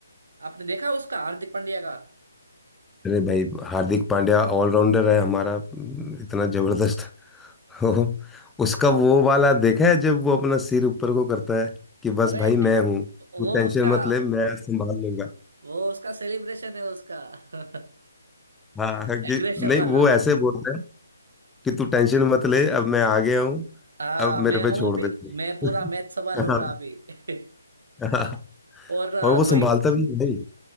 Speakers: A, on the right; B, in the centre.
A: आपने देखा उसका हार्दिक पांड्या का
B: अरे भाई हार्दिक पांड्या ऑलराउंडर है हमारा हम्म, इतना जबरदस्त <laughs> हो उसका वो वाला देखा है जब वो अपना सिर ऊपर को करता है कि बस
A: अरे
B: भाई
A: <laughs>
B: मैं हूँ तू
A: वो
B: टेंशन
A: उसका
B: मत ले मैं संभाल लूंगा
A: वो उसका सेलिब्रेशन है उसका <laughs>
B: हाँ कि
A: एग्रेशन
B: नहीं
A: वाला
B: वो ऐसे बोलता है कि तू टेंशन मत ले अब मैं आ गया हूँ
A: हाँ
B: अब
A: मैं
B: मेरे पे
A: हूँ
B: छोड़
A: अभी
B: दे तू।
A: मैं पूरा मैच संभाल
B: <laughs>
A: लूंगा
B: हाँ,
A: अभी <laughs>
B: हाँ,
A: और अ,
B: और वो संभालता
A: रोहित
B: भी है भाई